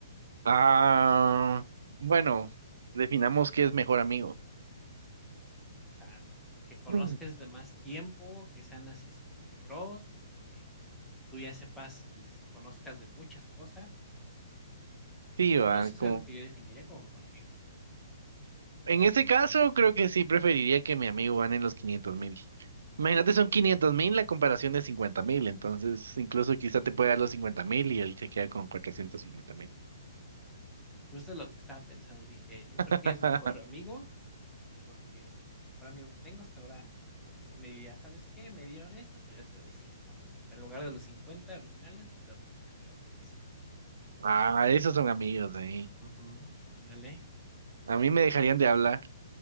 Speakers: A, on the right; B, in the centre.
A: Ah, bueno, definamos qué es mejor amigo.
B: O sea, el que conozcas
A: Mm.
B: de más tiempo, que sean así super bros, que tú ya sepas y les conozcas de muchas cosas.
A: Sí,
B: Yo
A: va,
B: no, eso
A: como...
B: es lo que yo definiría como mejor amigo.
A: En ese caso, creo que sí preferiría que mi amigo gane los quinientos mil. Imagínate, son quinientos mil la comparación de cincuenta mil. Entonces, incluso
B: Ujú.
A: quizá te puede dar los cincuenta mil y él se queda con cuatrocientos cincuenta mil.
B: Justo lo que estaba pensando, dije, yo creo
A: <laughs>
B: que es mejor amigo Porque el mejor amigo que tengo hasta ahora, yo creo que sí me diría, ¿sabes qué? Me dieron esto, pues yo te doy cien ¿no? Hasta en lugar de los 50 originales, te doy, prefiero darte cien
A: Ah, esos son amigos ahí.
B: Ujú, ándale.
A: A mí me dejarían de hablar.